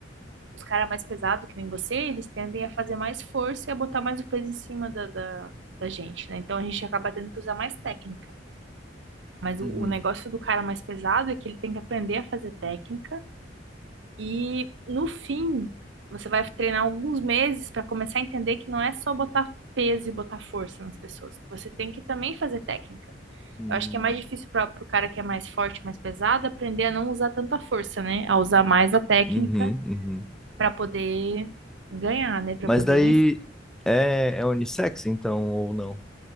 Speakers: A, on the right; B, in the centre.
A: Os caras mais pesados, que nem você, eles tendem a fazer mais força e a botar mais o peso em cima da, da, da gente, né? Então a gente acaba tendo que usar mais técnica. Mas
B: uhum,
A: o, o negócio do cara mais pesado é que ele tem que aprender a fazer técnica e no fim você vai treinar alguns meses para começar a entender que não é só botar peso e botar força nas pessoas, que você tem que também fazer técnica.
B: uhum,
A: Eu acho que é mais difícil para o cara que é mais forte, mais pesado, aprender a não usar tanta força, né? A usar mais a técnica
B: uhum, uhum.
A: para poder ganhar, né? Para
B: Mas
A: poder
B: daí
A: vencer.
B: é, é unissex, então, ou não?